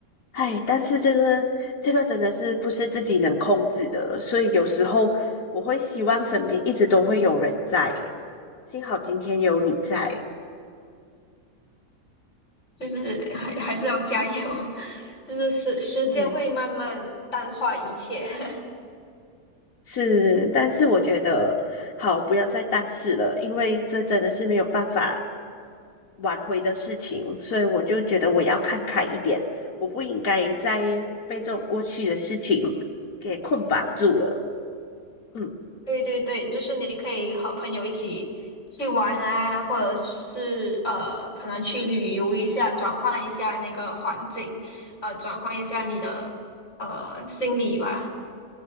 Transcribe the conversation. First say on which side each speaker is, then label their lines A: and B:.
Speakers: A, on the left (about 65°); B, on the left (about 45°).
A: 哎，但是这个这个真的是不是自己能控制的，所以有时候我会希望身边一直都会有人在，幸好今天有你在。
B: 就是还还是要加油，<laughs> 就是时时间会慢慢淡化一切。
A: 对。
B: <laughs>
A: 是，但是我觉得好，不要再但是了，因为这真的是没有办法挽回的事情，所以我就觉得我要看开一点，我不应该再被这种过去的事情给捆绑住了。嗯
B: 对对对，就是你可以和朋友一起去玩啊，或者是呃，可能去旅游一下，转换一下那个环境，呃，转换一下你的呃心理吧，